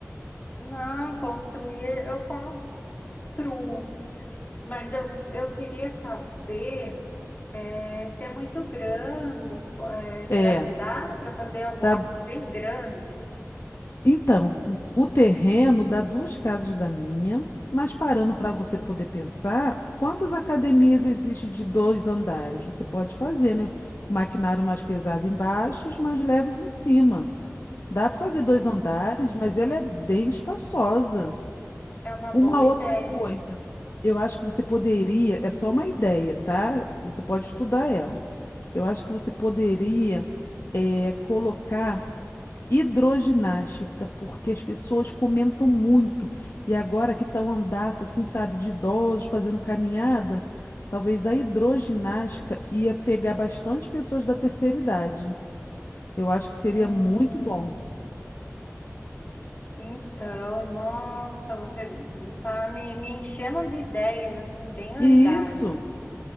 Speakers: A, on the left (about 35°); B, on the left (about 55°).
A: Não, construir, eu construo. Mas eu, eu queria saber é, se é muito grande. é,
B: É,
A: será que dá para fazer algo,
B: dá,
A: algo bem grande?
B: Então, o terreno dá duas casas da minha, mas parando para você poder pensar, quantas academias existe de dois andares? Você pode fazer, né? Com maquinário mais pesado embaixo, os mais leves em cima. Dá
A: Hum.
B: para fazer dois andares, mas ela é bem espaçosa.
A: É uma boa
B: Uma outra
A: ideia.
B: coisa, eu acho que você poderia, é só uma ideia, tá? Você pode estudar ela. Eu acho que você poderia eh, colocar hidroginástica, porque as pessoas comentam muito. E agora que tá um andaço, assim, sabe, de idosos fazendo caminhada, talvez a hidroginástica ia pegar bastante pessoas da terceira idade. Eu acho que seria
A: Hum,
B: muito bom.
A: então, nossa, você está me, me enchendo de ideias assim bem
B: E
A: legais.
B: isso